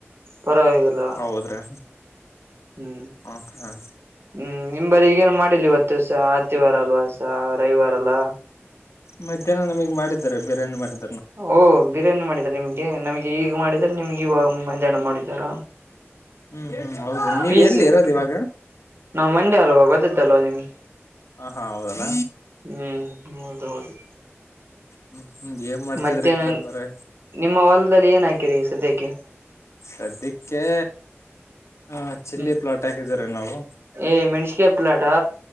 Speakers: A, on the right; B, on the left.
A: ಪರವಾಗಿ- ಹಲೋ
B: ಹೌದ್ರಾ
A: ಹ್ಮ್
B: ಹ ಹಾ
A: ಹ್ಮ್ ನಿಂಬಲ್ಲಿ ಈಗೇನ್ ಮಾಡಿಲ್ಲ ಇವತ್ತು ಸ ಆತಿಿವಾರ ಅಲ್ವಾ ಸ ರವಿವಾರ ಅಲ್ಲಾ.
B: ಮಧ್ಯಾಹ್ನ ನಮ್ಗೆ ಮಾಡಿದ್ದಾರೆ ಬೇರೆಯೇ ಮಾಡ-
A: ಓಹ ಬಿರಿಯಾನಿ ಮಾಡಿದ್ದಾರೆ ನಿಮ್ಗೆ ನಮಗೆ ಈಗ ಮಾಡಿದ್ರ ನಿಮ್ಗೆ ಇವಾಗ ಮೈ್ಯಾಹಾನ ಮಾಡ ಜರ
B: ಹ್ಮ್ ಹ್ಮ್ ಹೌದು ನೀವ್
A: ಪ <unintelligible>
B: ಎಲ್ಲಿ ಇರೋದ್ ಇವಾಗ
A: ನಾ್ ಮಂಡಿ ಅಲ್ವ ಗೊತ್ತದಲ್ವಾ ನಿಮಗೆ
B: ಹ ಹಾ ಹೌದಲ್ಲ
A: ಹ್ಮ್ ಹೌದೌದು
B: ಹ್ಮ್ ಹ್ಮ್ ಏನ್ ಮಾಡ್ತಿದ್ರಿ
A: ಮತ್ತೆ
B: ಕರೆಪವ್ರೆ
A: ನಿಮ್ಮ ಹೊಲದಲ್ಲಿ ಏನ್ ಹಾಕಿರಿ ಸದ್ಯಕ್ಕೆ
B: ಸದ್ಯಕ್ಕೆ ಆ ಚಿಲ್ಲಿ
A: ಹ್ಮ್
B: ಪ್ಲಾಟ್ ಹಾಕಿದೀವರಿ ನಾವು
A: ಏ ಮೆಣಸಿನಕಾಯಿ ಪ್ಲಾಟಾ